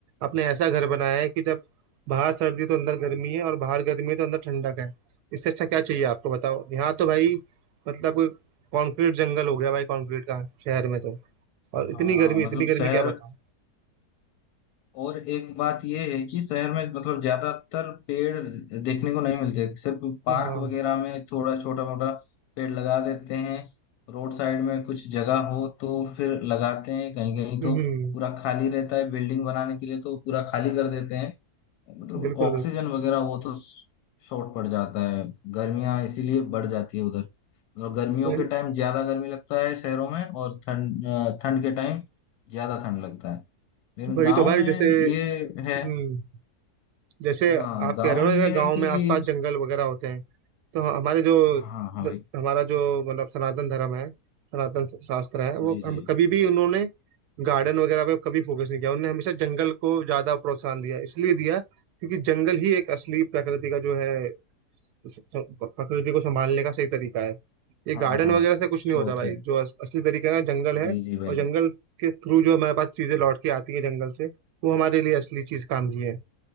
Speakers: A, on the right; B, on the left.
A: आपने ऐसा घर बनाया है कि जब बाहर सर्दी तो अंदर गर्मी है और बाहर गर्मी है तो अंदर ठंडक है इससे अच्छा क्या चाहिए आपको बताओ यहाँ तो भाई मतलब कंक्रीट जंगल हो गया भाई कंक्रीट का शहर में तो और
B: हाँ
A: इतनी गर्मी
B: हाँ मतलब
A: इतनी गर्मी
B: शहर
A: क्या बताऊं
B: और एक बात ये है कि शहर में मतलब ज्यादातर पेड़ देखने को नहीं मिलते सिर्फ पार्क
A: हाँ
B: वगैरह में थोड़ा छोटा मोटा पेड़ लगा देते हैं रोड साइड में कुछ जगह हो तो फिर लगाते हैं कहीं कहीं
A: हम्म
B: तो पूरा खाली रहता है बिल्डिंग बनाने के लिए तो पूरा खाली कर देते हैं मतलब
A: बिल्कुल
B: ऑक्सीजन
A: बिल्कुल
B: वगैरह वो तो शॉर्ट पड़ जाता है गर्मियाँ इसीलिए बढ़ जाती है उधर मतलब गर्मियों
A: वही
B: के टाइम ज्यादा गर्मी लगता है शहरों में और ठंड अ, ठंड के टाइम ज्यादा ठंड लगता है लेकिन
A: वही
B: गांव
A: तो भाई
B: में
A: जैसे
B: ये है
A: हम्म जैसे
B: हाँ
A: आप
B: गांव
A: कह रहे हो
B: में
A: ना
B: ये
A: जैसे गांव
B: है कि
A: में आसपास जंगल वगैरह होते हैं तो ह- हमारे जो
B: हाँ हाँ
A: द-
B: भाई
A: हमारा जो मतलब सनातन धर्म है सनातन स- शास्त्र है वो
B: जी
A: हम
B: जी
A: कभी भी उन्होंने गार्डन वगैरह पे कभी फोकस नहीं किया उन्होंने हमेशा जंगल को ज्यादा प्रोत्साहन दिया इसलिए दिया क्योंकि जंगल ही एक असली प्रकृति का जो है स- स- प्रकृति को संभालने का सही तरीका है ये गार्डन
B: हाँ हाँ
A: वगैरह से कुछ नहीं
B: स्रोत
A: होता भाई
B: है
A: जो अस, असली तरीका है जंगल है
B: जी जी भाई
A: और जंगल के थ्रू जो हमारे पास चीजें लौट के आती है जंगल से वो हमारे लिए असली चीज काम की है